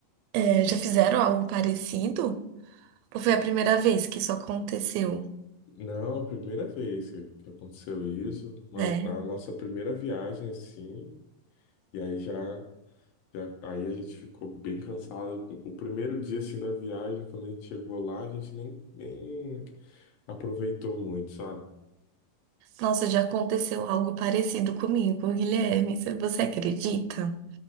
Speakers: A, on the right; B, on the left.
A: É, já fizeram algo parecido? Ou foi a primeira vez que isso aconteceu?
B: Não, a primeira vez que, que aconteceu isso, uma-
A: É.
B: a nossa primeira viagem assim, e aí já Já- aí a gente ficou bem cansado. O primeiro dia assim da viagem, quando a gente chegou lá, a gente nem, nem aproveitou muito, sabe?
A: Nossa, já aconteceu algo parecido comigo, Guilherme. Você você acredita?